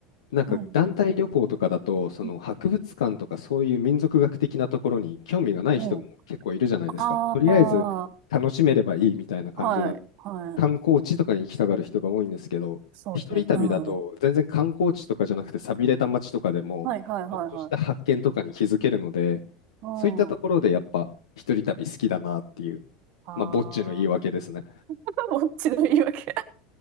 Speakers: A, on the left; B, on the right.
A: なんか団体旅行とかだと、
B: はい。
A: その博物館とかそういう民族学的なところに興味がない人も結構いるじゃないですか。
B: うんおー、ああ、
A: とりあえず楽しめればいいみたいな感じな
B: はい、はい。
A: 観光地とかに行きたがる人が多いんですけど、
B: そうですね。
A: 一人旅だと全然観光地とかじゃなくて寂れた街とかでも、
B: うん。はい、はい、はい、
A: ちょっとした発見とかに気づけるので、
B: はい。うん。
A: そういったところでやっぱ一人旅好きだなっていう、
B: ああ、
A: まあ、ぼっちの言い訳ですね。
B: <laughs> ぼっちの言い訳。